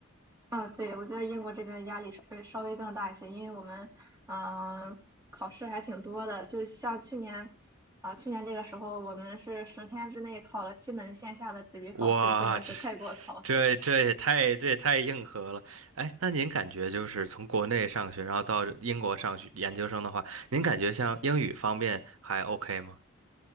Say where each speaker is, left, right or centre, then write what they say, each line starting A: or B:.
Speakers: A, on the right; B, on the right.
A: 啊，对，我觉得英国这边压力稍微稍微更大一些，因为我们嗯、呃考试还挺多的，就像去年啊、去年这个时候我们是十天之内考了七门线下的纸笔考试，
B: <laughs> 哇，
A: 真的是快给我考死了。
B: 这这这也太这也太硬核了。哎，那您感觉就是从国内上学，然后到英国上学研究生的话，您感觉像英语方面还 OK 吗？